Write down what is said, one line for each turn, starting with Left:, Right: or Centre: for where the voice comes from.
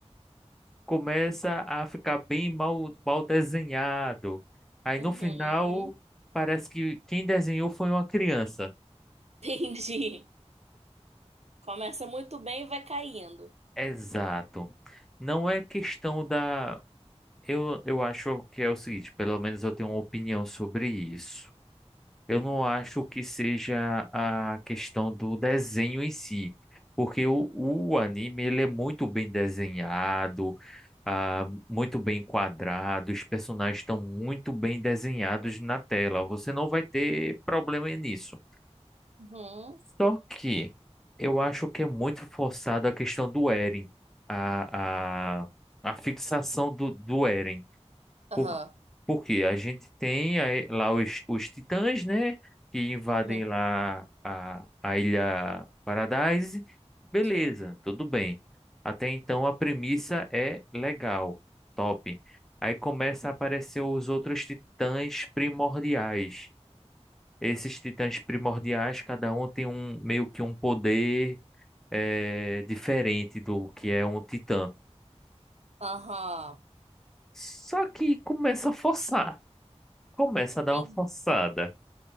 Centre: começa a ficar bem mal, mal desenhado. Aí
Right: Uhum.
Centre: no final parece que quem desenhou foi uma criança.
Right: <laughs> Entendi. Começa muito bem e vai caindo.
Centre: Exato. Não é questão da. Eu, eu acho que é o seguinte, pelo menos eu tenho uma opinião sobre isso. Eu não acho que seja a questão do desenho em si, porque o, o anime ele é muito bem desenhado, ah, muito bem quadrado, os personagens estão muito bem desenhados na tela. Você não vai ter problema nisso.
Right: Uhum.
Centre: Só que eu acho que é muito forçada a questão do Eren, a, a, a fixação do, do Eren.
Right: Aham.
Centre: Por, porque a gente tem aí lá os, os titãs, né? Que invadem
Right: Uhum.
Centre: lá a, a Ilha Paradise. Beleza,
Right: Sim.
Centre: tudo bem. Até então a premissa é legal, top. Aí começa a aparecer os outros titãs primordiais. Esses titãs primordiais, cada um tem um meio que um poder eh, diferente do que é um titã.
Right: Aham.
Centre: Só que começa a forçar, começa a dar
Right: Sim.
Centre: uma forçada.